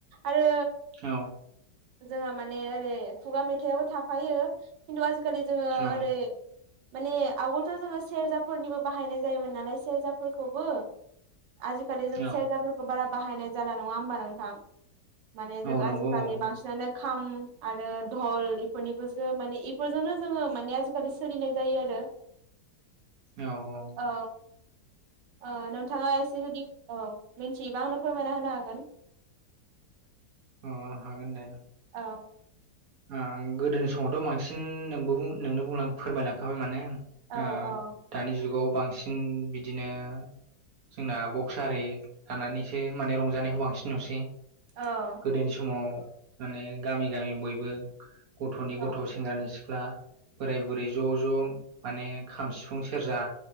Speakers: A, on the right (about 85°); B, on the right (about 60°).
A: आरो
B: औ
A: जोंहा माने ओरै खुगा मेथाइआबो थाफायो खिन्थु आजिखालि जोङो
B: औ
A: ओरै माने आवगोलथ' जोङो सेरजाफोरनिबो बाहायनाय जायोमोन नालाय सेरजाफोरखौबो? आजिखालि जों
B: औ
A: सेरजाफोरखौ बारा बाहायनाय जाला नङा होमबा नोंथां? माने जों
B: औ नंगौ
A: आजिखालि
B: औ
A: बांसिनानो खाम आरो धल इफोरनिखौसो माने इफोरजोंनो जोङो माने आजिखालि सोलिनाय जायो आरो। <inaudible> <unintelligible>
B: औ औ।
A: औ औ नोंथाङा एसे जुदि औ। मिथियोबा आंनो फोरमायना होनो हागोन।
B: अ हागोन दे।
A: औ
B: ओ गोदोनि समावथ' बांसिन नोंबो बुं नोंनो फोरमायलांखाबाय माने
A: औ
B: ओ
A: औ
B: दानि जुगाव बांसिन बिदिनो जोंना बक्स आरि लानानैसो माने रंजानायखौ बांसिन नुसै।
A: औ
B: गोदोनि समाव माने गामि गामि बयबो गथ'नि गथ'
A: औ
B: सेंग्रानि सिख्ला बोराय बुरै ज' ज' माने खाम सिफुं सेरजा